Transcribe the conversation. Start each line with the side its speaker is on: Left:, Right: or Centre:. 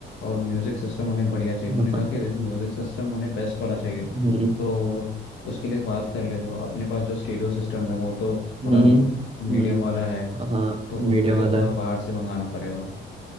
Left: और म्यूज़िक सिस्टम उन्हें बढ़िया चाहिए उन्होंने
Right: हाँ,
Left: कहा कि देखो म्यूज़िक सिस्टम उन्हें बेस्ट वाला चाहिए
Right: हम्म,
Left: तो उसके लिए बात कर ले जो अपने पास जो स्टीरियो सिस्टम है वो तो
Right: हम्म,
Left: थोड़ा मीडियम
Right: हम्म,
Left: वाला है
Right: हाँ
Left: तो उनके
Right: मीडियम
Left: लिए
Right: वाला
Left: थोड़ा
Right: है
Left: बाहर से मंगाना पड़ेगा